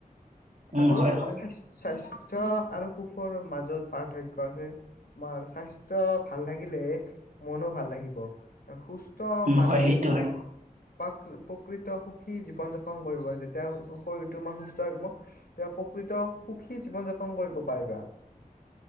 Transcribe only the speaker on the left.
আৰু
তোমাৰ
স্বাস্থ্যয় আৰু সুখৰ মাজত পাৰ্থক্য আছে। তোমাৰ স্বাস্থ্য ভাল থাকিলে, মনো ভাল থাকিব, আৰু সুস্থ ত'
মানুহে
প্ৰাক- প্ৰকৃত সুখী জীৱন যাপন কৰিব যেতিয়া শৰীৰটো আমাৰ সুস্থ থাকিব। তেওঁ প্ৰকৃত সুখী জীৱন যাপন কৰিব পাৰিবা।